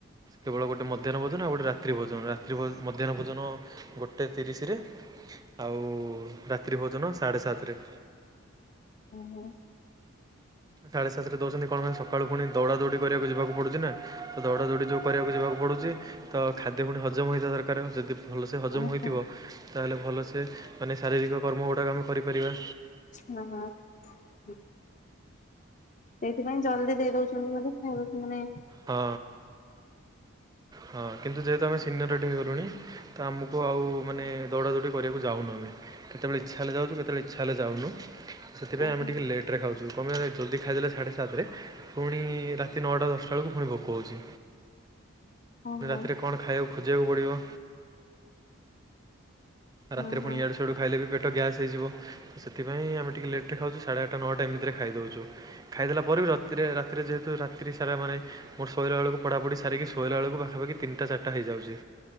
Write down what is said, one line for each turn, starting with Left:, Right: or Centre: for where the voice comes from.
Right: କେବଳ ଗୋଟେ ମଧ୍ୟାହ୍ନ ଭୋଜନ ଆଉ ଗୋଟେ ରାତ୍ରି ଭୋଜନ ରାତ୍ରି ମଧ୍ୟାହ୍ନ ଭୋଜନ ଗୋଟେ ତିରିଶରେ। ଆଉ ରାତ୍ରି ଭୋଜନ ସାଢ଼େ ସାତରେ।
Left: ଓ ହୋ।
Right: ସାଢେ ସାତ ରେ ଦଉଚନ୍ତି କଣ ମାନ ସକାଳୁ ପୁଣି ଦୌଡା ଦୌଡି କରିବାକୁ ଯିବାକୁ ପଡୁଚି ନା ତ ଦୌଡା ଦୌଡି ଯୋଉ କରିବାକୁ ଯିବାକୁ ପଡୁଚି ତ ଖାଦ୍ୟ ପୁଣି ହଜମ ହୋଇଥିବା ଦରକାର ଯଦି ଭଲ ସେ ହଜମ
Left: ଓହୋ
Right: ହୋଇଥିବ ତାହାନେ ଭଲ ସେ ମାନେ ଶାରୀରିକ କର୍ମ ଗୁଡ଼ାକ ଆମେ କରିପାରିବା।
Left: ହଁ ହ। ସେଇଥିପାଇଁ ଜଲଦି ଦେଇ ଦଉଛନ୍ତି ବୋଲି ଖାଇବାକୁ ମାନେ
Right: ହଁ ହଁ କିନ୍ତୁ ଯେହେତୁ ଆମେ ସିନିୟର ଏଠି ହେଇଗଲୁଣି ତ ଆମକୁ ଆଉ ମାନେ ଦୌଡ଼ା ଦୌଡ଼ି କରିବାକୁ ଯାଉନୁ ଆମେ କେତେବେଳେ ଇଚଛା ହେଲେ ଯାଉଚୁ କେତେବେଳେ ହେଲେ ଯାଉନୁ ସେଥିପାଇଁ
Left: ଓହୋ
Right: ଆମେ ଟିକେ ଲେଟ୍ ରେ ଖାଉଚୂ। କମ୍ ପାଇଁ ନା ଜଲଦି ଖାଇଦେଲେ ସାଢ଼େ ସାତରେ ପୁଣି ରାତି ନଅଟା ଦଶଟା ଳକୁ ପୁଣି ଭୋକ ହଉଚି
Left: ଓହୋ
Right: ରାତିରେ କଣ ଖାଇବାକୁ ଖୋଜିବାକୁ ପଡ଼ିବ।
Left: ହଁ
Right: ରାତିରେ
Left: ହଁ
Right: ପୁଣି ଆଡ଼ୁ ସିଆଡ଼ୁ ଖାଇଲେ ବି ପେଟ ଗ୍ୟାସ୍ ହେଇଯିବ। ସେଥିପାଇଁ ଆମେ ଟିକେ ଲେଟରେ ଖାଉଚୁ ସାଢେ ଆଠଟା ନଅଟା ଏମିତିରେ ଖାଇଦଉଚୁ ଖାଇଦେଲା ପରେ ବି ରାତିରେ ଯେହେତୁ ରାତି ସାରା ମାନେ ମୋର ଶୋଇଲା ବେକୁ ପଢା ପଢି ସାରିକି ଶୋଇଲା ବେଳକୁ ପାଖାପଖି ତିନିଟ ଚାରିଟା ହେଇଯାଉଚି।